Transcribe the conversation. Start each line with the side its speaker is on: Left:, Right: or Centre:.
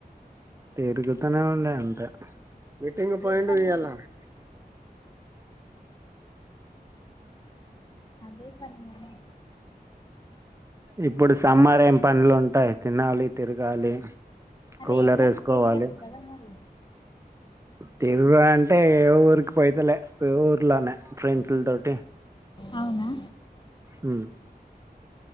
Right: తిరుగుతనేఉండే అంతే మీటింగ్
Left: అదే
Right: పోయిండు
Left: పని
Right: ఈయల
Left: అదే పని మరీ
Right: ఇప్పుడు సమ్మార్ ఏం పనులు ఉంటాయి తినాలి తిరగాలి
Left: అరే
Right: కూలర్
Left: ఎండకి
Right: వేసుకోవాలి
Left: తిరుగద్దు కదా మరి
Right: తిరుగు అంటే ఏ ఊరికి పోతలే ఏ ఊర్లోనే ఫ్రెండ్స్ల తోటి
Left: అవునా
Right: హ్మ